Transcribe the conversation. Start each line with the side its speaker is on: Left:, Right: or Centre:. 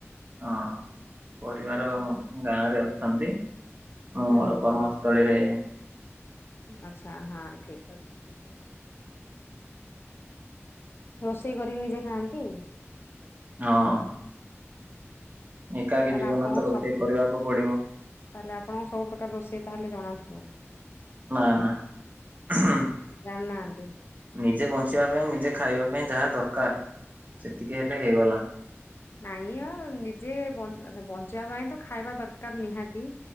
Right: ହଁ ପରିବାର
Left: ଆଚ୍ଛା
Right: ଗାଁରେ ଅଛନ୍ତି ମୁଁ
Left: ହୁଁ
Right: ମୋର
Left: ହୁଁ ହୁଁ
Right: କର୍ମ ସ୍ଥଳୀରେ।
Left: ଆଚ୍ଛା ହଁ ଠିକ ଅଛି। ରୋଷେଇ କରି ନିଜେ ଖାଆନ୍ତି?
Right: ହଁ। ଏକାକୀ
Left: ତାହେଲେ
Right: ଜୀବନ
Left: ଆପଣଙ୍କ
Right: ତ ରୋଷେଇ
Left: ସବୁ
Right: କରିବାକୁ ପଡିବ।
Left: ତାହେଲେ ଆପଣଙ୍କ ସବୁ ପ୍ରକାର ରୋଷେଇ ତାହେଲେ ଜଣା ଥିବ?
Right: ନା ନା। <unintelligible>
Left: ଜାଣିନାହାନ୍ତି
Right: ନିଜେ ବଞ୍ଚିବା ପାଇଁ ନିଜେ ଖାଇବା ପାଇଁ ଯାହା ଦରକାର ସେତିକି ହେଲେ ହେଇଗଲା।
Left: ନାଇଁ ଆ ନିଜେ ବନ୍ ଆଛା ବଞ୍ଚିବା ପାଇଁ ତ ଖାଇବା ଦରକାର ନିହାତି।